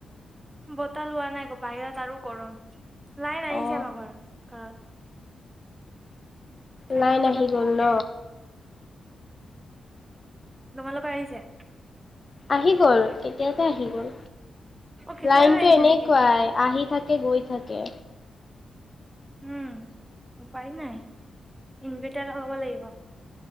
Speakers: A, on the right; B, on the left.
A: বতাহ লোৱা নাই বাহিৰত আৰু গৰম লাইন আহিছে
B: অ
A: আমাৰ ঘৰ ঘৰত ফেনৰ
B: লাইন
A: তলত
B: আহি গ'ল
A: বহোগে
B: ন
A: তোমালোকৰ আহিছে
B: আহি গল কেতিয়াবাই আহি গ'ল
A: অ কেতিয়াবা
B: লাইনতটো
A: আহিছে
B: এনেকুৱাই
A: নেকি
B: আহি থাকে গৈ থাকে
A: উম উপায় নাই ইনভাৰটাৰ লগাব লাগিব